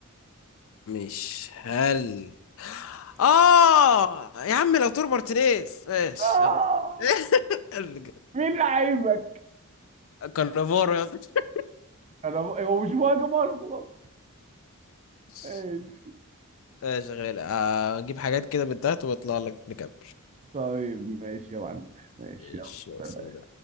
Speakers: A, on the left; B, on the right.
A: مش هل اه يا عم لو تور مارتينيز ماشي
B: آه
A: يلا <laughs>
B: مين لعيبك
A: كارنافورو يا اسطى.
B: انا هو مش مهاجم اصلا
A: ماشي
B: ماشي
A: شغال آه، اجيب حاجات كده من تحت واطلع لك نكمل
B: طيب ماشي يا معلم ماشي
A: ايش يا
B: يلا
A: سيدي.